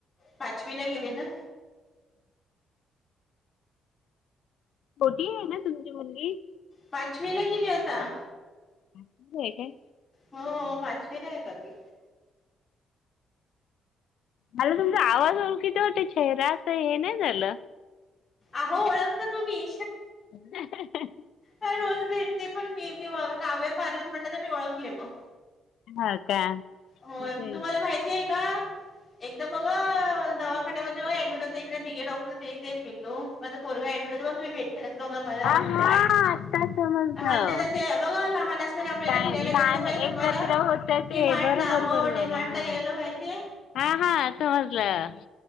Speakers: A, on the left; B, on the left.
A: पाचवी ला गेले ना
B: मोटी आहे ना तुमची मुलगी
A: पाचवी ला गेली आता
B: ह आहे काय
A: हो पाचवी नाही आहे का ती
B: मला तुमचा आवाज ओळखीती वाट चेहरा असं हे नाही झालं
A: अहो ओळखता तुम्ही
B: ह
A: ह रोज भेटते पण मी म व कावया पार्लर म्हणलं तर मी ओळखले मग
B: हा का
A: हो
B: तेच
A: तुम्हाला माहिती
B: <inaudible>
A: आहे का? एकदा बघ दवाखान्यामध्ये ऍडमिट होतं इकडे िघे डॉक्टरच्या इथे फिल्डून होरय तुम भे बघा मला
B: हा हा
A: हा
B: आता समजलं.
A: त्याला ते बघा लहान अस र आपण इथे
B: काय
A: फिरायला
B: लहान
A: गेलतो माहिते
B: एकत्र
A: तुम्हाला
B: होत
A: डी
B: ते
A: मार्टला
B: बरोबर
A: हो
B: बरोबर
A: डी
B: हा.
A: मार्टला यायला माहितीये.
B: हा हां समजलं.